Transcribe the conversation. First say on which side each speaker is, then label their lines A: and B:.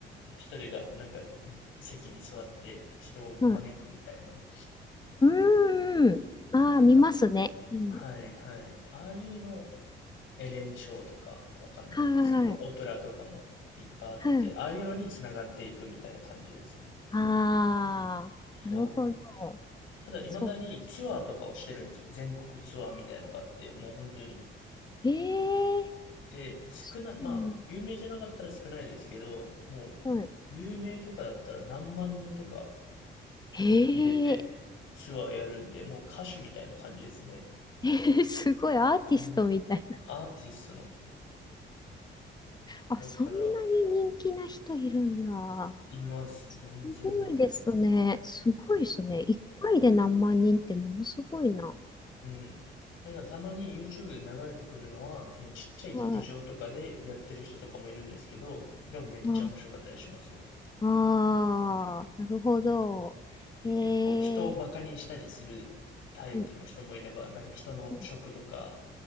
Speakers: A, on the left; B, on the left.
A: 一人がなんか席に座って人を招くみたいな。
B: ー、ううーん、ああ、
A: なんか
B: 見ますね。うん、
A: はいはい。ああいうの、エレン・ショーとか、わかんないですけど、
B: はーい、
A: オプラとかもいっぱいあって、
B: はい、
A: ああいうのに繋がっていくみたいな感じですね。
B: ああ、
A: そう。
B: なるほど。
A: ただ、未だにツアーとかをしてるんですよ。
B: そう。
A: 全国ツアーみたいのがあって、もう本当に。
B: ええ
A: で、少ない、
B: ー、そうなんだ。
A: まあ、有名じゃなかったら少ないですけど、もう、
B: はい
A: 有名とかだったら何万人とか
B: へえ、
A: 入れてツアーやるんで、もう歌手みたいな感じですね。
B: <laughs> すごいアーティストみたいな。
A: うん。アーティストの。
B: あ、
A: だから、
B: そんなに人気な人いるんだ。
A: います。
B: すごいですね。
A: 全然いますね。
B: すごいですね。一回で何万人ってものすごいな。
A: うん。だからたまに YouTube で流れてくるのは、そのちっちゃい劇場とかでやってる人とかもいるんですけど、
B: はい。
A: でもめっちゃ面白かったりしますよ。
B: ああ、あーなるほど。へえ、
A: 結構人をバカにしたりするタイプの人もいれば、
B: うん、
A: なんか人の職とか、
B: うん、